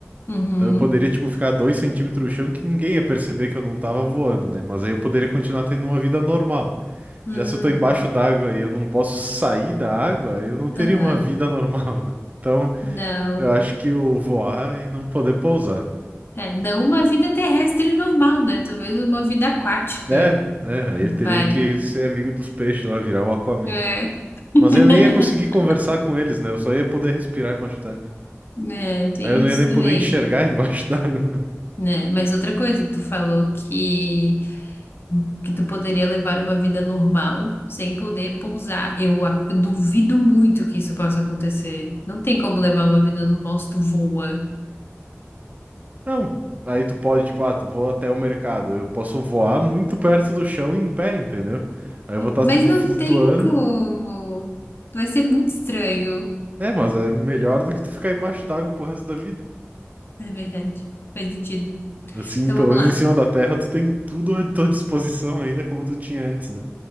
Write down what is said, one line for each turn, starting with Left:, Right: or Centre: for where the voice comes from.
Left: Uhum.
Right: Então eu poderia, tipo, ficar a dois centímetros do chão que ninguém ia perceber que eu não tava voando, né? Mas aí eu poderia continuar tendo uma vida normal.
Left: Hum.
Right: Já se eu tô embaixo d'água e eu não posso sair da água, eu não teria
Left: Aham.
Right: uma vida normal, né? Então,
Left: Não.
Right: eu acho que eu voar e não poder pousar.
Left: É, não uma vida terrestre normal, né? Talvez uma vida aquática.
Right: né é, aí
Left: Vai.
Right: eu teria que ser amigo dos peixes lá, virar o Aquaman.
Left: É. <laughs>
Right: Mas aí eu nem ia conseguir conversar com eles, né? Eu só ia poder respirar embaixo d'água.
Left: É, tem
Right: Aí eu não
Left: isso
Right: ia nem
Left: também,
Right: poder enxergar <laughs> embaixo d'água.
Left: né? Mas outra coisa, tu falou que que tu poderia levar uma vida normal sem poder pousar. Eu, a- eu duvido muito que isso possa acontecer. Não tem como levar uma vida normal se tu voa.
Right: Não. Aí tu pode, tipo, ah, tu voa até o mercado. Eu posso voar muito perto do chão em pé, entendeu? Aí eu vou estar,
Left: Mas
Right: tipo,
Left: não
Right: flutuando.
Left: tem como. Vai ser muito estranho,
Right: É, mas é melhor do que tu ficar embaixo d'água pro resto da vida.
Left: é verdade. Faz sentido.
Right: Assim,
Left: Então
Right: pelo
Left: vamos
Right: menos
Left: lá.
Right: em cima da terra, tu tem tudo à tua disposição ainda como tu tinha antes, né?